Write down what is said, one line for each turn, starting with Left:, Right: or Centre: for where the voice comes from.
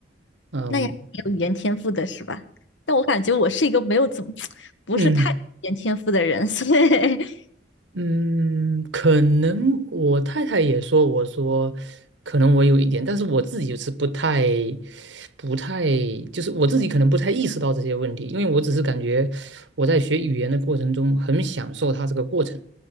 Right: 嗯
Left: 那也有语言天赋的是吧？但我感觉我是一个没有怎么 <tsk> 不是太有语言天赋的人，
Right: 嗯，
Left: 所以 <laughs>
Right: 嗯，可能我太太也说，我说可能我有一点，但是我自己就是不太、不太，就是我自己可能不太意识到这些问题，因为我只是感觉我在学语言的过程中很享受它这个过程，